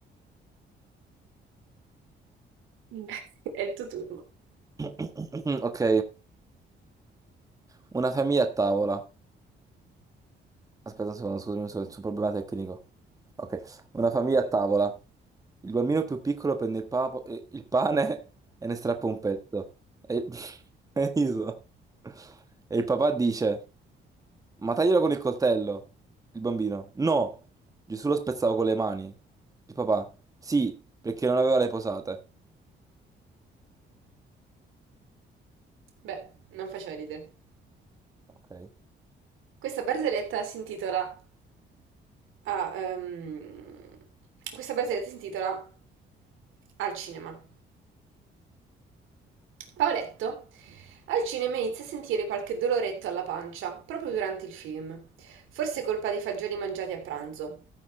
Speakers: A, on the right; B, on the right.
A: Mm. <laughs> È il tuo turno.
B: <clears throat> Ok, una famiglia a tavola. Aspetta un secondo, scusami un secondo, c'è un problema tecnico. Ok, una famiglia a tavola. Il bambino più piccolo prende il, papo- eh, il pane e ne strappa un pezzo. E il... <laughs> e riso. E il papà dice, ma taglielo con il coltello. Il bambino, no, Gesù lo spezzava con le mani. Il papà, sì, perché non aveva le posate.
A: Beh, non faceva ridere.
B: Ok,
A: Questa barzelletta si intitola... ah, ehm, questa barzelletta si intitola Al cinema. Paoletto al cinema inizia a sentire qualche doloretto alla pancia, proprio durante il film, forse colpa dei fagioli mangiati a pranzo.